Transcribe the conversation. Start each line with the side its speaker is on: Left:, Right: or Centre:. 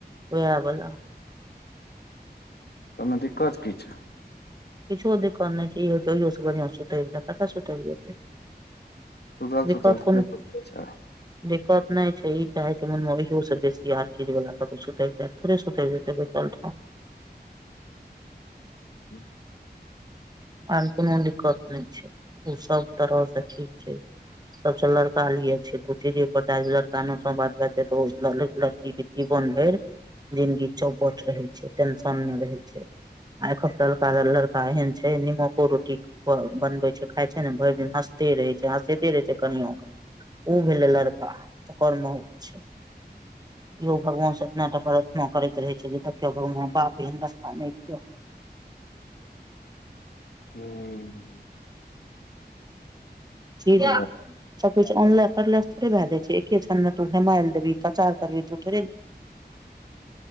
Right: वएह बला
Left: तमे दिक्कत कि छै
Right: किछु ओ दिक्कत नहि छै सुत का कते सुतेभी।
Left: सुतल
Right: दिक्कत
Left: सुतल
Right: कोनो।
Left: थोड़े सुतै छै
Right: दिक्कत नहि छै ई चाहे छै मन मे ओहियो से बेसी आर चीज वाल क सुतरि जाय थोड़े सुत जेतै बैसल
Left: ह
Right: आन कोनो दिक्कत नहि छै ओ सभ तरहसँ ठीक छै सभसँ लड़का लिए छै तू चीरे पता लड़का नो बात छै लड़की के जीवन भरि जिन्दगी चौपट रहै छै टेशनमे रहै छै आख त लड़का लड़का एहन छै निमको रोटी बनबैत छै खाय छै ने भरि दिन हँसते रहै छै हँसते रहै छै कनिय के ओ भेलै लड़का ओकर बहुत छै।
Left: <inaudible>
Right: यो भगवान से इतना टा प्रारथना करैत रहे छै जे देखियौ भगवान बाप एहन रास्ता नहि दियऔ।
Left: ह
Right: ठिक
Left: हुँ
Right: छै
Left: ई
Right: सभकिछु ऑनलाइ करलास थोड़े भए जाइ छै एके क्षनमे तू हेमायल देबही काचारबिही थोड़े